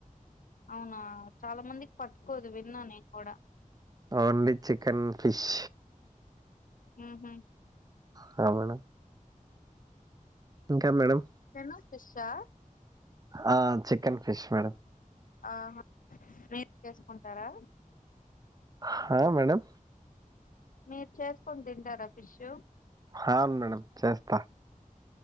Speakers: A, on the left; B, on the right.
A: అవునా చాల మందికి పట్కోదు తిన్నా నేను కూడ
B: ఓన్లీ చికెన్ ఫిష్
A: హ్మ్ హు
B: హ మేడం ఇంక మేడం
A: చికెను ఫిష్ ఆ
B: ఆ చికెన్ ఫిష్ మేడం
A: ఆహా మీరు చేసుకుంటారా
B: హా మేడం
A: మీరు చేసుకొని తింటారా ఫిషు
B: హ మేడం చేస్తా